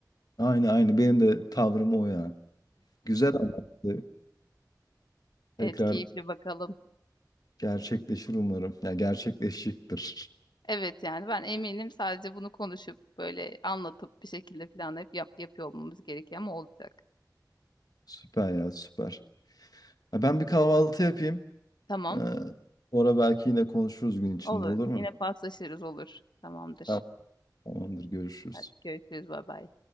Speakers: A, on the left (about 60°); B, on the left (about 85°).
A: Aynı aynı benim de tavrım o ya. Güzel ama işte
B: Evet,
A: tekrar
B: keyifli bakalım.
A: gerçekleşir umarım. Ya gerçekleşecektir.
B: Evet yani ben eminim sadece bunu konuşup böyle anlatıp bir şekilde planlayıp yap, yapıyor olmamız gerekiyor ama olacak.
A: Süper ya süper. Ya ben bir kahvaltı yapayım.
B: Tamam,
A: Ee, sonra belki yine konuşuruz gün içinde
B: olur.
A: olur mu?
B: Yine paslaşırız olur. Tamamdır.
A: Tamam, tamamdır görüşürüz.
B: Hadi görüşürüz. Bay bay.